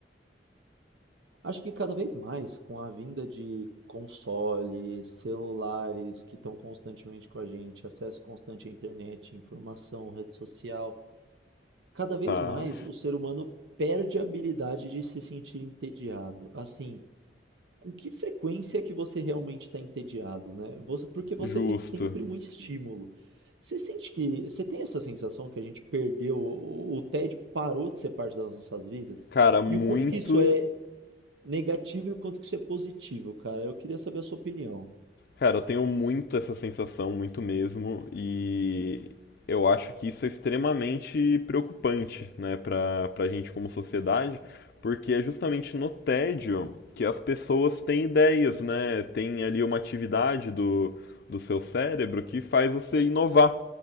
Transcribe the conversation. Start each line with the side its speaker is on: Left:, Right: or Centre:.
Right: Acho que cada vez mais, com a vinda de consoles, celulares que estão constantemente com a gente, acesso constante à internet, informação, rede social, cada vez
Left: Tá,
Right: mais o ser humano perde a habilidade de se sentir entediado. Assim, com que frequência que você realmente está entediado, né? Você- porque você
Left: justo.
Right: tem sempre um estímulo. Você sente que, você tem essa sensação que a gente perdeu, o, o tédio parou de ser parte das nossas vidas?
Left: Cara, muito.
Right: E o quanto que isso é negativo e o quanto que isso é positivo, cara? Eu queria saber a sua opinião.
Left: Cara, eu tenho muito essa sensação, muito mesmo, e eu acho que isso é extremamente preocupante, né, pra, pra gente como sociedade, porque é justamente no tédio que as pessoas têm ideias, né, tem ali uma atividade do, do seu cérebro que faz você inovar.